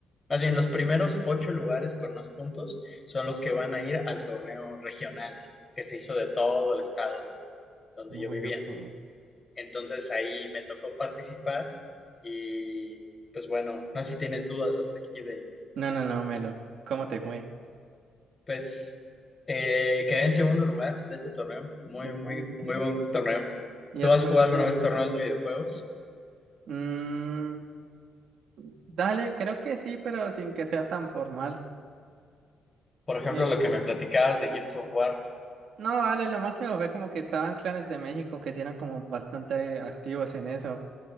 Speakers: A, on the left; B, on the right.
A: más bien, los primeros ocho lugares con más puntos son los que van a ir al torneo regional que se hizo de todo el estado donde
B: uy,
A: yo vivía.
B: yo. puedo.
A: Entonces ahí me tocó participar y pues bueno, no sé si tienes dudas hasta aquí de,
B: No, no, no, Melo. ¿Cómo te fue?
A: pues eh, quedé en segundo lugar de ese torneo, muy,
B: Uh.
A: muy, muy buen torneo.
B: Y
A: ¿Tú
B: después
A: has jugado alguna
B: el...
A: vez torneos de videojuegos?
B: mm, dale, creo que sí, pero sin que sea tan formal.
A: Por ejemplo,
B: Eh,
A: lo que me platicabas de Gears of War,
B: No, vale, lo máximo fue como que estaban clanes de México que sí eran como bastante activos en eso